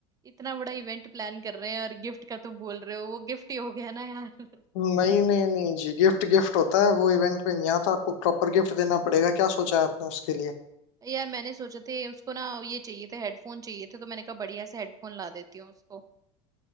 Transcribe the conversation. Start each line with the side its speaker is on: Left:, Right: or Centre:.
Right: इतना बड़ा इवेंट प्लान कर रहे हैं और गिफ्ट का तुम बोल रहे हो वो गिफ्ट ही हो गया ना यार
Left: नहीं नहीं नहीं जी गिफ्ट गिफ्ट होता है वो इवेंट में नहीं आता आपको प्रॉपर गिफ्ट देना पड़ेगा क्या सोचा है आपने उसके लिए
Right: <laughs> यार मैंने सोचा थे उसको ना ये चाहिए थे हेडफोन चाहिए थे तो मैंने कहा बढ़िया से हेडफोन ला देती हूँ उसको